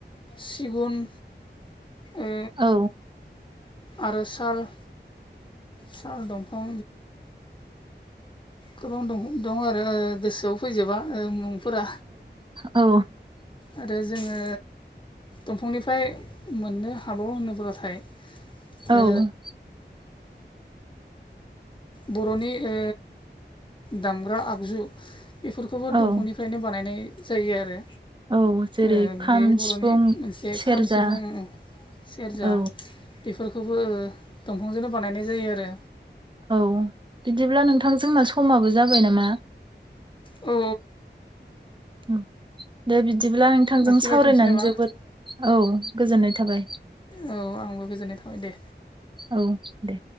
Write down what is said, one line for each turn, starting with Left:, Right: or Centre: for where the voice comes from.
Left: सिगुन ओ
Right: औ
Left: आरो साल साल दंफां गोबांं दं दं आरो ओ गोसोआव फैजोबा ओ मुं फोरा
Right: औ
Left: आरो जोङो दंफांनिफ्राय मोननो हाबावो होनोब्लाथाय
Right: औ
Left: ओ बर'नि ओ दामग्रा आगजु बेफोरखौबो
Right: औ
Left: दंफांनिफ्रायनो बानायनाय जायो आरो
Right: औ जेरै
Left: ओ
Right: खाम
Left: बेयो बर'नि
Right: सिफुं
Left: मोनसे
Right: सेरजा
Left: खाम सिफुं सेरजा
Right: औ
Left: बेफोरखौबो दंफांजोंनो बानायनाय जायो आरो
Right: औ बिदिब्ला नोंथांजोंना समाबो जाबाय नामा
Left: औ
Right: औ दे बिदिब्ला नोंथांजों
Left: लाखिलायथ'नोसै
Right: सावरायनानै
Left: नामा
Right: जोबोद औ गोजोननाय थाबाय।
Left: औ आंबो गोजोननाय थाबाय दे
Right: औ दे